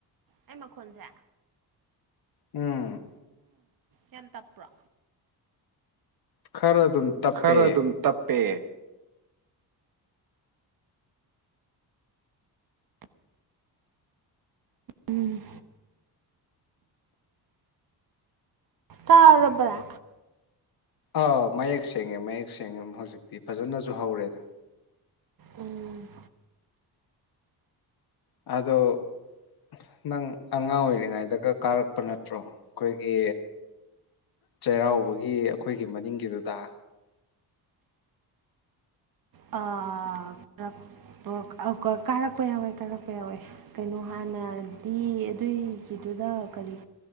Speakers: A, on the right; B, on the left.
A: ꯑꯩ ꯃꯈꯣꯟꯁꯦ
B: ꯎꯝ
A: ꯌꯥꯝ ꯇꯞꯄ꯭ꯔꯣ
B: ꯈꯔ ꯑꯗꯨꯝ ꯇꯞꯄꯦ
A: ꯈꯔ ꯑꯗꯨꯝ ꯇꯞꯄꯦ ꯎꯝ ꯇꯔꯕ꯭ꯔꯥ
B: ꯑꯥ ꯃꯌꯦꯛ ꯁꯦꯡꯉꯦ ꯃꯌꯦꯛ ꯁꯦꯡꯉꯦ ꯍꯧꯖꯤꯛꯇꯤ ꯐꯖꯅꯁꯨ ꯍꯧꯔꯦꯗ
A: ꯎꯝ
B: ꯑꯗꯣ ꯅꯪ ꯑꯉꯥꯡ ꯑꯣꯏꯔꯤꯉꯩꯗꯒ ꯀꯥꯔꯛꯄ ꯅꯠꯇ꯭ꯔꯣ ꯑꯩꯈꯣꯏꯒꯤ ꯆꯩꯔꯥꯎꯕꯒꯤ ꯑꯩꯈꯣꯏꯒꯤ ꯃꯅꯤꯡꯒꯤꯗꯨꯗ
A: ꯀꯥꯔꯛꯄ ꯀꯥꯔꯛꯄ ꯌꯥꯎꯋꯦ ꯀꯥꯔꯛꯄ ꯌꯥꯎꯋꯦ ꯀꯩꯅꯣ ꯍꯥꯟꯅꯗꯤ ꯑꯗꯨꯏꯒꯤꯗꯨꯗ ꯀꯔꯤ